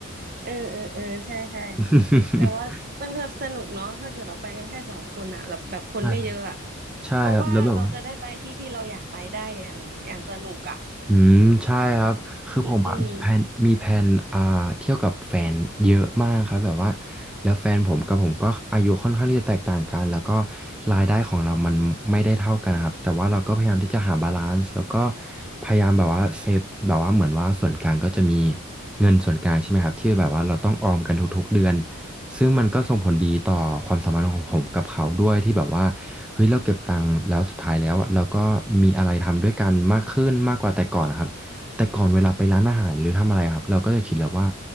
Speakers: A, on the right; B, in the centre.
A: เออเออเออใช่ใช่
B: <laughs>
A: แต่ว่ามันก็สนุกเนาะถ้าเกิดเราไปกันแค่สองคนอะแบบแบบคนไม่เยอะอะ
B: ใช่ครับใช่ครับแล้วแบบว่า
A: เพราะว่าเราจะได้ไปที่ที่เราอยากไปได้อย่างอย่างสนุกอะ
B: อืมใช่ครับคือผมอะมีแผนมีแผนอ่าเที่ยวกับแฟนเยอะมากครับแบบว่า
A: อืม
B: แล้วแฟนผมกับผมก็อายุค่อนข้างที่จะแตกต่างกันแล้วก็รายได้ของเรามันไม่ได้เท่ากันนะครับแต่ว่าเราก็พยายามที่จะหาบาลานซ์แล้วก็พยายามแบบว่าเซฟแบบว่าเหมือนว่าส่วนกลางก็จะมี เงินส่วนกลางใช่ไหมครับที่แบบว่าเราต้องออมกันทุกๆเดือนซึ่งมันก็ส่งผลดีต่อความสัมพันธ์ของผมกับเขาด้วยที่แบบว่าเฮ้ยเราเก็บตังค์แล้วสุดท้ายแล้วอะเราก็มีอะไรทำด้วยกันมากขึ้นมากกว่าแต่ก่อนนะครับแต่ก่อนเวลาไปร้านอาหารหรือทำอะไรครับเราก็จะคิดแล้วว่า